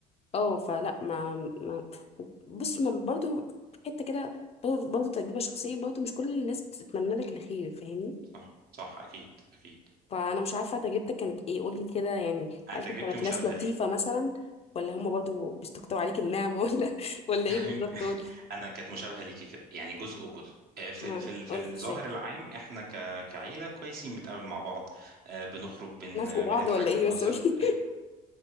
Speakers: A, on the left (about 35°); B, on the right (about 60°).
A: اه فلا ما, ما بص ما برضه حتة كده برضه برضه تجربة شخصية برضه مش كل الناس بتتمنى لك الخير فاهمني
B: صح صح أكيد أكيد
A: فانا مش عارفه تجربتك كانت ايه قولي كده يعني
B: أنا
A: عيلتك
B: تجربتي
A: كانت
B: مشابهة
A: ناس لطيفه
B: ليك
A: مثلا ولا هم برضو بيستكتروا عليك النعمه ولا <laughs> ولا
B: <laughs>
A: ايه بالظبط قولي
B: انا كانت مشابهه ليكي كده يعني جزء وجزء آه، في
A: ها
B: ال- في ال- في
A: قولي
B: الظاهر
A: ازاي
B: العام احنا ك كعيله كويسين بنتقابل مع بعض آه، بنخرج بن
A: نافقوا بعض
B: بنضحك
A: ولا
B: بنهزر
A: ايه بس قولي
B: <laughs>